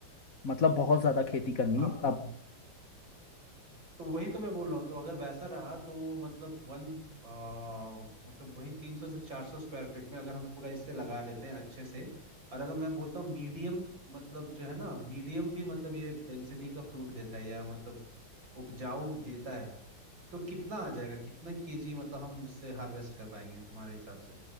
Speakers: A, on the left; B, on the right.
A: मतलब बहुत ज्यादा खेती करनी
B: हाँ
A: है तब
B: तो वही तो मैं बोल रहा हूँ तो अगर वैसा रहा तो मतलब वन आ, मतलब वही तीन सौ से चार सौ स्क्वायर फीट में अगर हम पूरा इससे लगा लेते हैं अच्छे से और अगर मैं बोलता हूँ मीडियम मतलब जो है ना मीडियम भी मतलब ये डेंसिटी का फ्रूट देता है या मतलब उपजाऊ देता है तो कितना आ जाएगा कितना केजी मतलब हम उससे हार्वेस्ट कर पाएंगे तुम्हारे हिसाब से